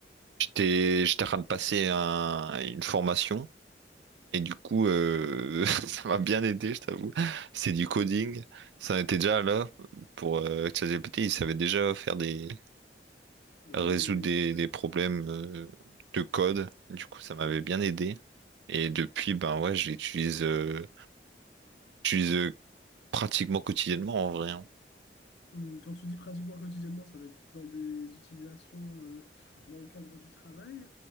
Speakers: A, on the right (about 75°); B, on the left (about 70°).
A: J'étais, j'étais en train de passer un- une formation. Et du coup, euh, <laughs> ça m'a bien aidé, je t'avoue. C'est du coding. Ça était déjà là pour euh, ChatGPT. Il savait déjà faire des
B: Oui,
A: résoudre des, des problèmes euh, de code. Du coup, ça m'avait bien aidé. Et depuis, ben ouais, je l'utilise euh, j'utilise, euh, pratiquement quotidiennement en vrai. hein.
B: Hum, Quand tu dis pratiquement quotidiennement, ça va être dans des utilisations euh, dans le cadre du travail